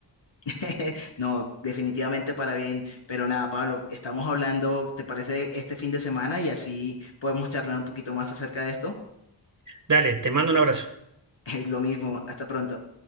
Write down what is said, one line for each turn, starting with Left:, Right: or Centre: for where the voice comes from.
Left: <laughs> No, definitivamente para bien, pero nada, Pablo, estamos hablando, ¿te parece este fin de semana? Y así podemos charlar un poquito más acerca de esto.
Right: Dale, te mando un abrazo.
Left: <laughs> Lo mismo, hasta pronto.